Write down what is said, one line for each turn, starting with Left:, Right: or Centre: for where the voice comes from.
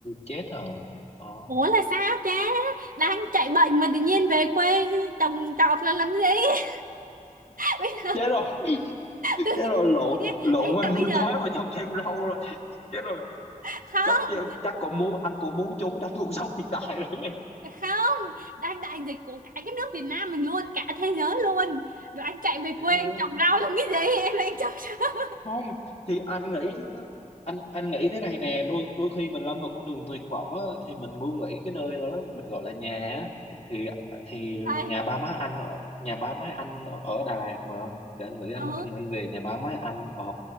Left: chết rồi ờ
Right: ủa là sao cha? Đang chạy bệnh mà tự nhiên về quê trồng trọt là làm gì? <laughs> Bây giờ
Left: chết rồi chết
Right: tự nhiên-
Left: rồi lộn
Right: tự nhiên-
Left: lộn
Right: ý
Left: qua
Right: là
Left: nuôi
Right: bây giờ
Left: cá và trồng thêm rau rồi chết rồi
Right: không
Left: chắc chắc còn muốn anh cũng muốn trốn tránh cuộc sống hiện tại rồi
Right: không đang đại dịch của cả cái nước Việt Nam mình luôn cả thế giới luôn rồi anh chạy về
Left: Thế
Right: quê
Left: á.
Right: anh trồng rau làm cái gì <laughs> em đang trồng rau
Left: không thì anh nghĩ anh anh nghĩ thế này nè đôi đôi khi mình lâm vào con đường tuyệt vọng á thì mình ngu nghĩ cái nơi đó mình gọi là nhà á thì thì
Right: Thầy,
Left: nhà ba má anh ở- nhà ba má anh ở ở Đà Lạt mà thì anh nghĩ anh
Right: ừ
Left: anh anh về nhà ba má anh ờ